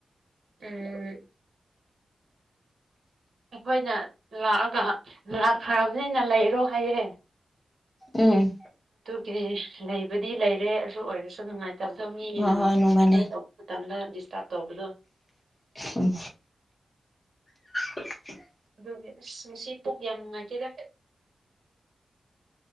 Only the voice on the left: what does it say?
ꯎꯝ
ꯍꯣꯏ
ꯍꯣꯏ ꯅꯣꯡꯃꯅꯦ
ꯎꯝ <inaudible>